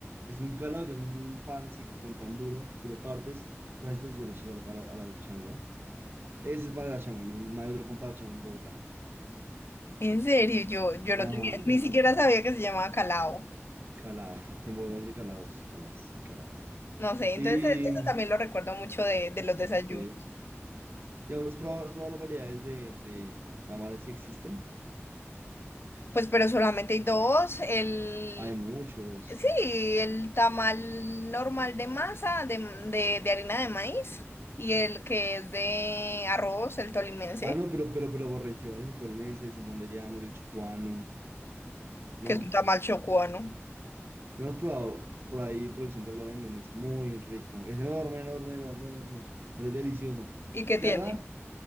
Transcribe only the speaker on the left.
En serio, yo, yo
no tenía, ni
siquiera sabía que se llamaba calao.
No sé, entonces
eso también lo recuerdo mucho de, de los desayunos.
Pues, pero solamente hay dos. El,
sí, el tamal normal de masa, de, de, de harina de maíz, y el que es de arroz, el tolimense,
que es un tamal chocuano.
¿Y qué tiene?